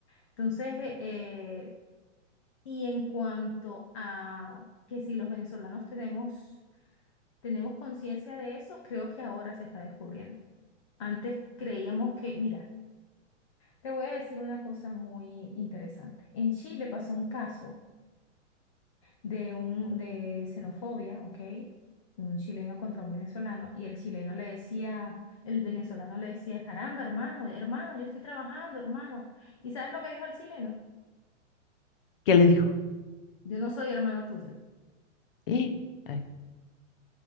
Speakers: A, on the left; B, on the left.
A: Entonces, eh, eh, y en cuanto a que si los venezolanos tenemos, tenemos conciencia de eso, creo que ahora se está descubriendo. Antes creíamos que, mira, Te voy a decir una cosa muy interesante. En Chile pasó un caso de, un, de xenofobia, ¿ok? Un chileno contra un venezolano y el chileno le decía, el venezolano le decía, caramba, hermano, hermano, yo estoy trabajando, hermano. ¿Y sabes lo que dijo el chileno?
B: ¿Qué le dijo?
A: Yo no soy hermano tuyo.
B: Eh, ay,